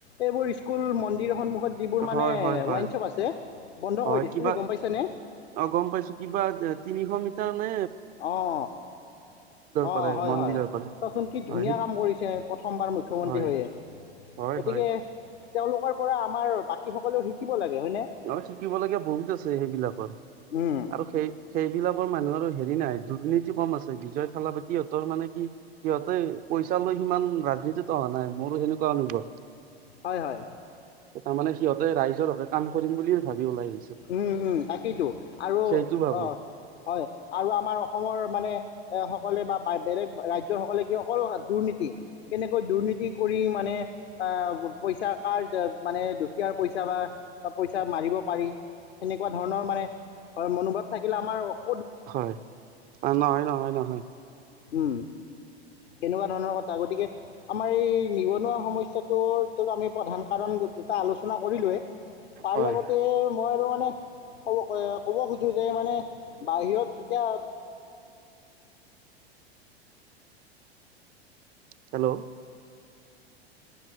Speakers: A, on the left; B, on the right.
A: এইবোৰ স্কুল মন্দিৰ সন্মু ক'ত যিবোৰ মানে
B: হয় হয় হয়
A: ৱাইন শ্বপ আছে, বন্ধ
B: হয়
A: কৰি দিছে
B: কিবা
A: তুমি গম পাইছানে
B: অ গম পাইছো কিবা তিনিশ মিটাৰ মানে
A: অঁ অ অঁ
B: পৰাই
A: হয়
B: মন্দিৰৰ
A: হয়
B: পৰাই
A: চোৱাচোন কি
B: হয়
A: ধুনীয়া
B: সেই
A: কাম কৰিছে প্ৰথমবাৰ মুখ্যমন্ত্ৰী
B: হয়
A: হৈয়ে,
B: হয়
A: গতিকে
B: হয়
A: তেওঁলোকৰ পৰা আমাৰ বাকী সকলেও শিকিব লাগে। হয়নে
B: অ শিকিব লগীয়া বহুত আছে সেইবিলাকত
A: উম,
B: আৰু সেই সেইবিলাকৰ মানুহৰ হেৰি নাই দুৰ্নীতি কম আছে বিজয় থালাপতি হঁতৰ মানে কি সিহঁতে পইচা লৈ সিমান ৰাজনীতিত কৰা নাই মোৰ সেনেকুৱা অনুভৱ।
A: হয় হয়।
B: তাৰমানে সিহঁতে ৰাইজৰ বাবে কাম কৰিম বুলিয়ে ভাবি ওলাই আহি
A: উম উম তাকেই টো আৰু
B: সেইটো ভাবো
A: অ হয় আৰু আমাৰ অসমৰ মানে সকলে বা বেলেগ ৰাজ্যৰ সকলে কি অকল দুৰ্নীতি। কেনেকৈ দুৰ্নীতি কৰি মানে আহ পইচা কাৰ মানে দুখীয়াৰ পইচা বা পইচা মাৰিব পাৰি এনেকুৱা ধৰণৰ মানে মনোভাৱ থাকিলে আমাৰ অ
B: হয়, নহয় নহয় নহয়।
A: উম, এনেকুৱা ধৰণৰ কথা, গতিকে আমাৰ এই নিবনুৱা সমস্যাটোৰ আমি প্ৰধান কাৰণ এটা আলোচনা কৰিলোৱে তাৰ
B: হয়
A: লগতে মানে কব ক'ব খোজো যে মানে বাহিৰত এতিয়া
B: হেল্ল'।